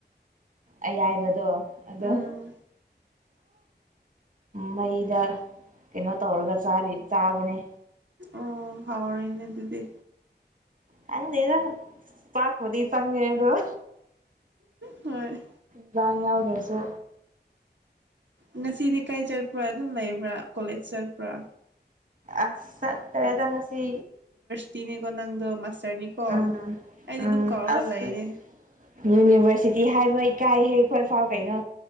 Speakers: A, on the right; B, on the right.
A: ꯑꯌꯥꯏꯕꯗꯣ ꯑꯗꯣ
B: ꯎꯝ
A: ꯃꯩꯗ ꯀꯩꯅꯩꯅꯣ ꯇꯧꯔꯒ ꯆꯥꯔꯤ ꯆꯥꯕꯅꯦ
B: ꯑꯣ ꯍꯥꯎꯔꯦ ꯑꯗꯨꯗꯤ
A: ꯍꯪꯗꯦ ꯄꯥꯛꯕꯗꯤ ꯏ ꯐꯪꯦ ꯑꯗꯨꯣ
B: ꯍꯣꯏ
A: ꯉ ꯌꯥꯎꯗꯁ
B: ꯉꯁꯤꯗꯤꯀꯥꯏ ꯆꯠꯄ꯭ꯔꯥ ꯑꯗꯨꯝ ꯂꯩꯕ꯭ꯔꯥ ꯀꯣꯂꯦꯖ ꯆꯠꯄ꯭ꯔꯥ
A: ꯑ ꯇꯔꯦꯗ ꯉꯁꯤ
B: ꯇꯤꯟꯅꯦ ꯅꯣꯡꯗ ꯃꯁ ꯗꯅꯤꯀꯣ
A: ꯎꯝ
B: ꯑꯩꯗꯤ
A: ꯎꯝ
B: ꯑꯗꯨꯝ ꯀꯧꯔꯒ
A: ꯑꯁ
B: ꯂꯩꯔ
A: ꯌꯨꯅꯤꯚꯔꯁꯤꯇꯤ ꯍꯥꯏꯕ ꯏꯀꯥꯏꯍꯦ ꯑꯩꯈꯣꯏ ꯐꯥꯎ ꯀꯩꯅꯣ